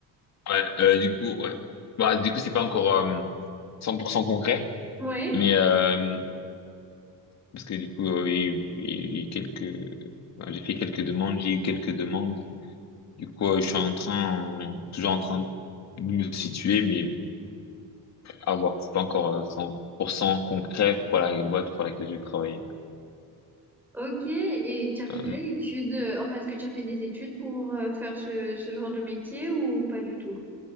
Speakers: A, on the left; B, in the centre.
A: Ouais, euh, du coup, ouais. Bah du coup c'est pas encore euh, 100% concret,
B: Oui.
A: mais euh, parce que du coup euh, il y a eu, il y a eu quelques, ben, j'ai fait quelques demandes, j'ai eu quelques demandes Du coup, euh, je suis en train, toujours en train de me situer, mais bon, à voir. C'est pas encore euh, 100% concret pour la boîte pour laquelle je vais travailler.
B: Ok, et tu as fait
A: Ouais.
B: quelle étude? euh, Enfin, est-ce que tu as fait des études pour euh, faire ce, ce genre de métier ou pas du tout?